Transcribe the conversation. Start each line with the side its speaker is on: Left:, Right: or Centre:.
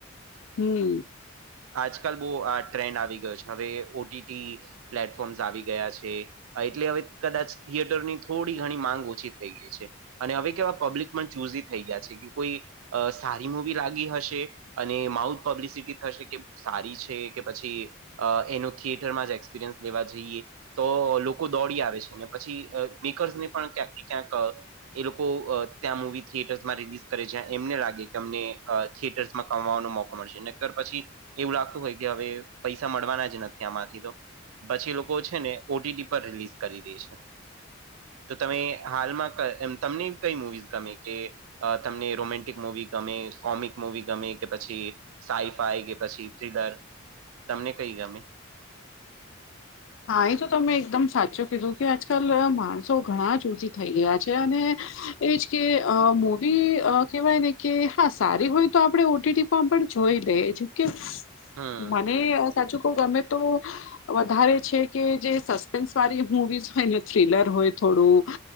Left: હમ
Right: આજકાલ બહુ આ ટ્રેન્ડ આવી ગયો છે હવે ઓટીટી પ્લેટફોર્મ્સ આવી ગયા છે હા એટલે હવે કદાચ થિયેટર ની થોડી ઘણી માંગ ઓછી થઈ ગઈ છે અને હવે કેવા પબ્લિક પણ ચૂઝ થઈ ગયા છે કે કોઈ અ સારી મૂવી લાગી હશે અને માઉથ પબ્લિસિટી થશે કે બહ સારી છે કે પછી અ એનો થિયેટરમાં જ એક્સપિરિયન્સ લેવા જઈએ તો લોકો દોડી આવે છે ને પછી મેકર્સને પણ ક્યાંક ને ક્યાંક એ લોકો ત્યાં મૂવી થિયેટર્સમાં રિલીઝ કરે જ્યા એમને લાગે કે અમને થિયેટર્સમાં કમવાનો મોકો મળશે નકર પછી એવું લાગતું હોય કે હવે પૈસા મળવાના જ નથી આમાંથી તો પછી લોકો છે ને ઓટીટી પર રિલીઝ કરી દે છે તો તમે હાલમાં તમનેવી કઈ મુવીઝ ગમે કે તમને રોમેન્ટિક મુવી ગમે કોમિક મુવી ગમે કે પછી સાઈફાઈ કે પછી થ્રીલર તમને કઈ ગમે
Left: હા એ તો તમે એકદમ સાચું કીધું કે આજકાલ માણસો ઘણા ચુઝી થઈ ગયા છે અને એજ કે મૂવી કહેવાય ને કે હા સારી હોય તો આપણે ઓટીટી પણ જોઈ લે જો કે
Right: હમ
Left: મને સાચું કવ ગમે તો વધારે છે કે જે સસ્પેન્સ વાળી મવીસ હોય ને થ્રીલર હોય થોડું